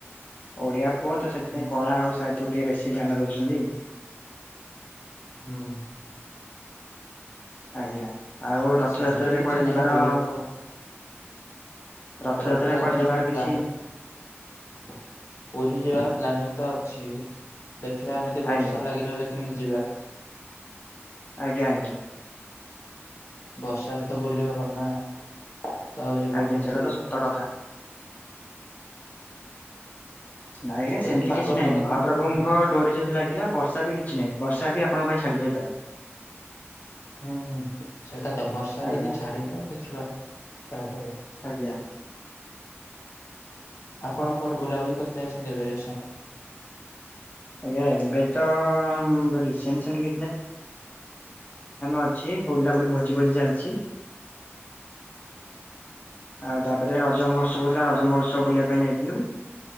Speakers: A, on the left; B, on the left.
A: ଓଡିଆ ପୁଅ ତ ସେଥିପାଇଁ
B: ହୁଁ।
A: କଳା ଆଉ ତ ଟିକେ ବେଶୀ ଧ୍ୟାନ ଦଉଛନ୍ତି।
B: ହଁ।
A: ଆଜ୍ଞା ଆଉ ରଥଯାତ୍ରାରେ
B: ସେମିତି କିଛି
A: କୁଆଡେ
B: ନାହିଁ
A: ଯିବାର
B: ଓଡିଆ ପୁରୀ
A: ରଥଯାତ୍ରାରେ
B: ରଥଯାତ୍ରା
A: କୁଆଡେ ଯିବାର
B: ଆମ
A: କିଛି
B: ପ୍ଲାନ ପୁରୀ ଯିବାର ପ୍ଲାନିଂ ତ ଅଛି ଦେଖିବା ଏମିତି
A: ଆଜ୍ଞା
B: ବର୍ଷା ଲାଗି ରହିଲେ କେମିତି ଯିବା
A: ଆଜ୍ଞା ଆଜ୍ଞା।
B: ବର୍ଷାରେ ତ ବୁଲି ହବନି ନା? ତା ଆଉ ଯିବୁ
A: ଆଜ୍ଞା
B: କେମିତି?
A: ସେଇଟା ତ ସତ କଥା। ନାଇଁ୍ଞା
B: ଯଦି
A: ସେମିତି
B: ପାଗ
A: କିଛି ନାହିଁ
B: ଭଲ
A: ମହାପ୍ରଭୁଙ୍କ
B: ଦେଇଛି ଯିବୁ
A: ଡୋରି ଯଦି ଲାଗିଲା ବର୍ଷା ବି କିଛି ନାହିଁ, ବର୍ଷା ବି ଆପଣଙ୍କ ପାଇଁ ଛାଡି ଯାଇପାରେ
B: ହୁଁ ହୁଁ ସେଟା ତ ବର୍ଷା
A: ଆଜ୍ଞା
B: ଯଦି ଛାଡିଯାଏ ଦେଖିବା ପ୍ରାୟ ପ୍ର <inaudible>
A: ଆଜ୍ଞା
B: ଆପଣ କୁଆଡେ ବୁଲାବୁଲି କରି ଯାଇଛନ୍ତି ଏବେସ
A: ଆଜ୍ଞା ଏବେ ତ କିଛିଁ ଅଛି ବୁଲା ବୁଲି ଭୋଜି ଭୋଜି ଚାଲିଛି
B: <inaudible>
A: ଆଉ ତାପରେ ରଜ ମହୋତ୍ସବ ହଉଥିଲା ରଜ ମହୋତ୍ସବ ବୁଲିବା ପାଇଁ ଯାଇଥିଲୁ।